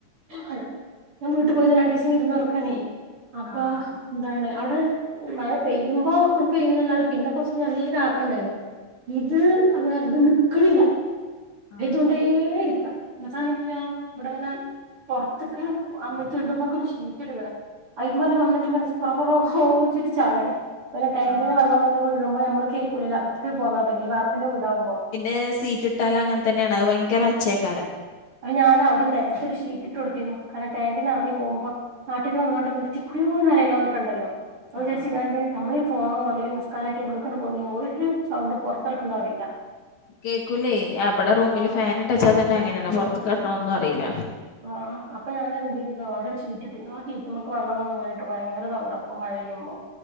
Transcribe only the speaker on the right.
<unintelligible> ഞാ വീട്ട് പോയിരുന്ന് രണ്ടീസം വിര്ന്നാർക്കാനെ. അപ്പൊ
എന്താണ് അവിടെ മഴ പെയ്യുമ്പോ ന്താണ് അവ്ടെ മഴ പെയ്യുമ്പൊ പെയ്യുന്നല്ലാതെ പിന്നെ കുർച്ച് നല്ല രീതി ആക്കണ്ടായിര്ന്നു. ഇത് അങനല്ല. ത് ന് ക്ക്ണില്ല. പെയ്തോണ്ടേ
ഇര്ക്കാ. ന്നട്ടാണങ്കിലൊ വ്ടെങ്ങനെ പൊർത്ത്ക്ക് അമ്മി ത്ണ്ട്മ്മെക്കൊര് ശീറ്റ് ട്ട്ക്ക്ണ്. അയിമ്മല് വന്ന്ട്ട് ങ്ങെട്ട് സ്‌പെറ പെറോ ച്ചിട്ട് ചാടാണ്. പിന്നെ ടാങ്കിന്ന്
വെള്ളം വന്ന് വീഴ് മ്പ അമ്മള് കേൾക്കൂലലൊ അകത്ത്ക്ക് പോന്നാ പിന്നെ വാർപ്പിന്റെ വിടാവ്മ്പൊ.
അയിൻ്റെ മേലെ അവ്ടെ നെൽത്തൊര് ഷീറ്റ് ട്ടൊട്ത്തിനു. കാരണം ടാങ്ക് നെർ ഞ്ഞ് പോവ്മ്പം നാട്ടിന്ന് വന്ന്ങ്ങാണ്ട് നിർത്തിക്കൂടിയോന്നറിയല്ലാന്നൊക്കണ്ടല്ലൊ. അത് വിചാരിച്ചിങ്ങാണ്ട്
നമ്മളീ ഫോണോ അല്ലെങ്കി നിസ്ക്കാരായിട്ട് ഉള്ള് ക്ക്ണ്ട് പോ ന്നെയ്ഞ്ഞാ ഒര് സൗണ്ടും പൊർത്തെട്ക്ക്ൺതറീല. പുറത്തെടുക്കണ്ട അറിയില്ല
ആഹ്
ആഹ് അപ്പൊ ഞാനത് എന്തെയ്ത് ക്ക്ണെ അവ്ടൊരു ഷീറ്റ്ട്ട്. ആ സീ റ്റ്മ്മക്ക് വെള്ളം വന്ന് വീണ് ട്ട് ഭയര സൗണ്ടാ. പ്പ മഴയ്യുമ്പൊ